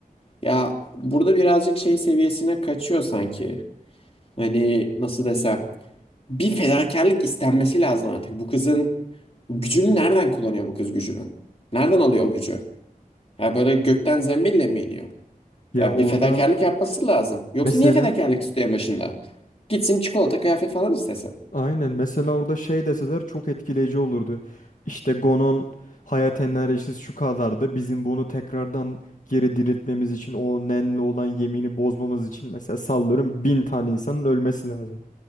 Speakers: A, on the left; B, on the left.
A: ya burada birazcık şey seviyesine kaçıyor sanki. Hani nasıl desem bir fedakarlık istenmesi lazım artık. Bu kızın gücünü nereden kullanıyor bu kız gücünü? Nereden alıyor o gücü? Ya böyle gökten zembille mi iniyor?
B: Ya
A: Ya
B: orada
A: bir fedakarlık yapması lazım. Yoksa
B: mesela
A: niye fedakarlık istiyor başında? Gitsin çikolata kıyafet falan istesin.
B: Aynen mesela orada şey deseler çok etkileyici olurdu. İşte Gon'un hayat enerjisi şu kadardı. Bizim bunu tekrardan geri diriltmemiz için o Nen'le olan yemini bozmamız için mesela sallıyorum bin tane insanın ölmesi lazım.